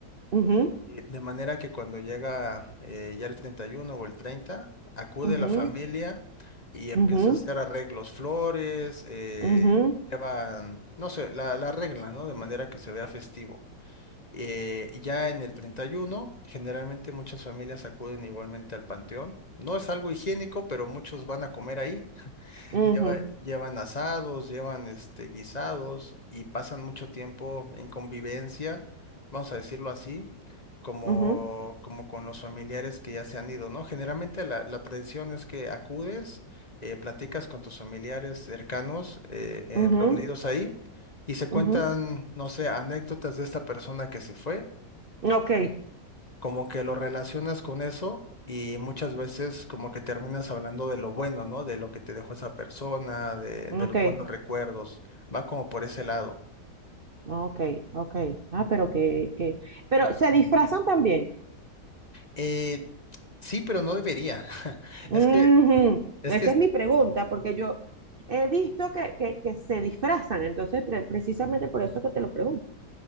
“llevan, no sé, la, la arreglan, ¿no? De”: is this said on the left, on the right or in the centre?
Left